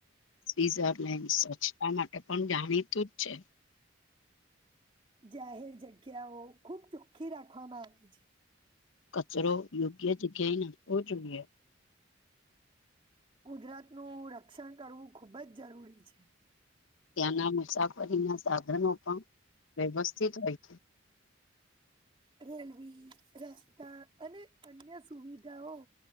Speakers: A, on the left; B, on the right.
A: સ્વઝરલેન્ડ સ્વચ્છતા માટે પણ જાણીતું જ છે.
B: જાહેર જગ્યાઓ ખૂબ ચોખ્ખી રાખવામાં આવે છે.
A: કચરો યોગ્ય જગ્યાએ નાખાવો જોઈએ.
B: કુદરત નુ રક્ષણ કરવું ખુબ જ જરૂરી છે.
A: ત્યાંના મુસાફરીના સાધનો પણ વ્યવસ્થિત હોય છે.
B: રેલવે રસ્તા અને અન્ય સુવિધાઓ